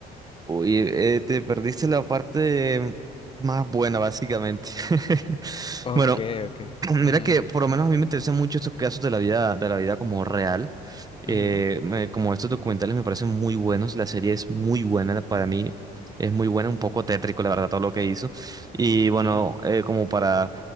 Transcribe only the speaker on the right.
Oye, eh, te perdiste la parte más buena, básicamente. <laughs>
Bueno,
<clears throat> mira
que por lo menos a mí me interesan mucho estos casos de la vida, de la vida como real. Eh,
me- como estos documentales me parecen muy buenos. La serie es muy buena la- para mí. Es muy buena, un poco tétrico, la verdad, todo lo que hizo. Y
bueno, eh, como para